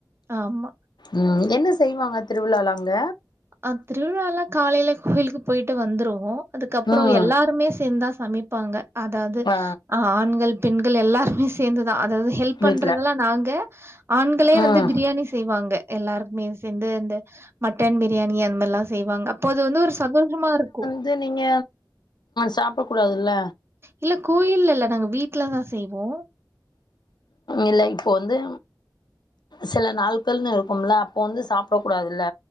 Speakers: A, on the right (about 30°); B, on the left (about 65°).
A: ஆமா
B: ம் என்ன செய்வாங்க திருவிழால அங்க
A: அ திருவிழால காலயில கோவிலுக்கு போயிட்டு வந்துருவோம் அதுக்கப்றம்
B: ம்
A: எல்லாருமே சேந்தா சமைப்பாங்க அதாது
B: ஆ
A: ஆண்கள் பெண்கள் எல்லாருமே சேந்துதா அதாது ஹெல்ப்
B: வீட்ல
A: பண்றதெல்லா நாங்க ஆண்களே
B: ம்
A: வந்து பிரியாணி செய்வாங்க எல்லாருக்குமே சேந்து இந்த மட்டன் பிரியாணி அந்த மாரிலாம் செய்வாங்க ப்போது வந்து ஒரு சந்தோஷமா இருக்கும்
B: ந்து நீங்க சாப்பிட கூடாதுல்ல
A: இல்ல கோயில்ல இல்ல நாங்க வீட்ல தான் செய்வோம்
B: இல்ல இப்போ வந்து சில நாள்கள்னு இருக்கும்ல அப்போ வந்து சாப்ட கூடாதுல்ல